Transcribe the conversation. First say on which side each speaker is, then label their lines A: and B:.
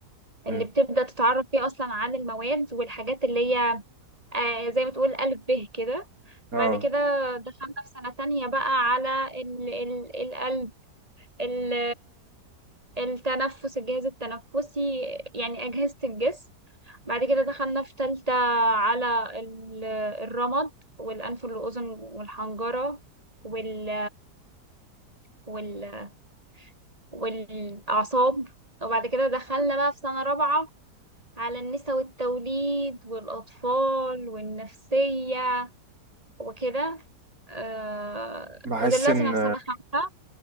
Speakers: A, on the right; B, on the right.
A: اللي
B: مم.
A: بتبدأ تتعرف فيه أصلا عن المواد والحاجات اللي هي آه، زي ما تقول ألف به كده
B: اه
A: بعد كده دخلنا في سنة تانية بقى على ال ال القلب ال التنفس الجهاز التنفسي يعني أجهزة الجسم بعد كده دخلنا في تالتة على ال- الرمد والأنف والأذن والحنجرة وال وال والأعصاب وبعد كده دخلنا بقى في سنة رابعة على النساء والتوليد والأطفال والنفسية وكده آه
B: بحس
A: ودلوقتي
B: ان
A: أنا في سنة خمسة